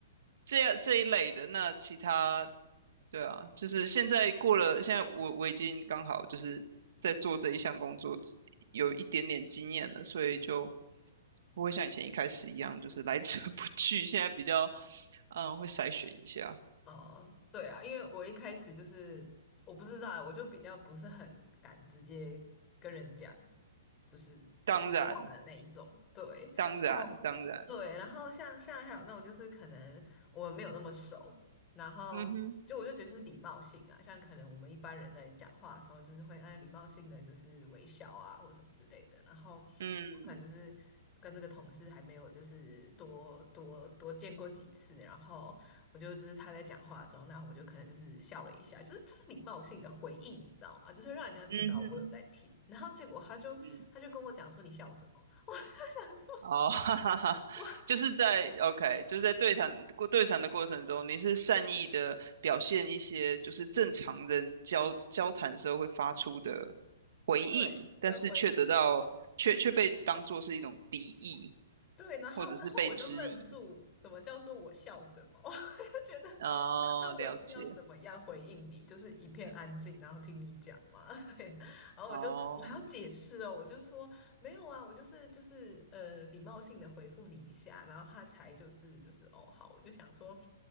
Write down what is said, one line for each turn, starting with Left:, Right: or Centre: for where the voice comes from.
Right: 这这一类的。那其他，对啊，就是现在过了，现在我我已经刚好就是在做这一项工作，有一点点经验了，所以就不会像以前一开始一样，就是来者 <laughs> 不拒。现在比较，嗯，会筛选一下。
Left: 哦，对啊，因为我一开始就是我不知道啊，我就比较不是很敢直接跟人讲，就是实话的那一种。
Right: 当然，
Left: 对，
Right: 当然，
Left: 然后对，
Right: 当然，
Left: 然后像像还有那种就是可能我们没有那么熟，然后就我就觉得就是礼貌性啊，
Right: 嗯哼，
Left: 像可能我们一般人在讲话的时候，就是会按礼貌性的就是微笑啊或什么之类的。然后
Right: 嗯，
Left: 可能就是跟这个同事还没有就是多多多见过几次，然后我就就是他在讲话的时候，那我就可能就是笑了一下，就是就是礼貌性的回应，你知道吗？就是让人家知道我有在听。
Right: 嗯哼，
Left: 然后结果他就他就跟我讲说你笑什么？
Right: 嗯。
Left: <laughs> 他想说
Right: 哦，<laughs> 哈哈哈，
Left: 我
Right: 就是在 OK，就是在对谈过对谈的过程中，你是善意的表现一些就是正常人交交谈时候会发出的
Left: <laughs>
Right: 回应，
Left: 对的回应。
Right: 但是却得到却却被当作是一种敌意，
Left: 对，然后然后我就愣住，
Right: 或者是被质疑。
Left: 什么叫做我笑什么？<laughs> 我就觉得那
Right: 哦，
Left: 那我是要怎么样回应你？
Right: 了解，
Left: 就是一片安静，然后听你讲嘛。<laughs> 对，然后我就我还要解释哦，
Right: 哦，
Left: 我就说没有啊，我就是就是呃礼貌性的回复你一下，然后他才就是就是哦好，我就想说，